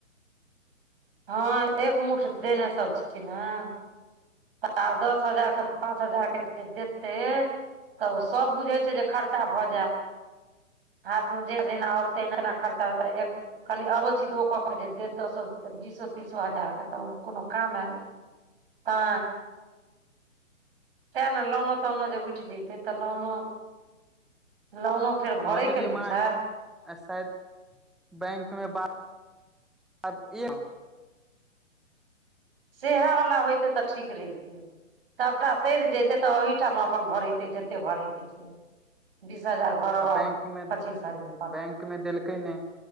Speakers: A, on the right; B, in the centre.
A: हँ एक मुठ देने सब छथिन, न। त आब दस हजारक पाँच हजारके जे देतै। तऽ सब बुझै छै, जे खर्चा भऽ जायत हाथमे जे जेना ओतै तेना खर्चा होतै, एक कनि आधो छी दो कऽ क जे देतऽ, सब त बीसो तीसो हजार के तऽ, ओ कोनो काम हैत, तै। सएह ने लोनो तोनो जे उठि जइतै तऽ, लोनो - लोनो फेर भरैके
B: कहने रहिए
A: ने
B: माँ
A: छै
B: आ शायद बैंक मे बात <inaudible> एक
A: सएह वालला होतै तऽ ठीक रहितै सभटा सइध जतै तऽ, ओहिठामा अपन भरेतै जैते। कते भरतै बीस हजार भरो आ
B: बैंक मे
A: पचीस हजार भर
B: बैंक मे देलकै नइ,